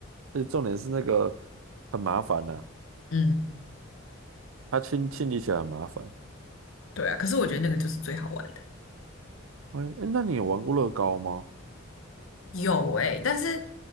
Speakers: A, on the right; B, on the left.
A: 而且重点是那个很麻烦呐、
B: 嗯，
A: 它清清理起来很麻烦。
B: 对啊，可是我觉得那个就是最好玩的，
A: 哎，诶那你有玩过乐高吗？
B: 有诶、但是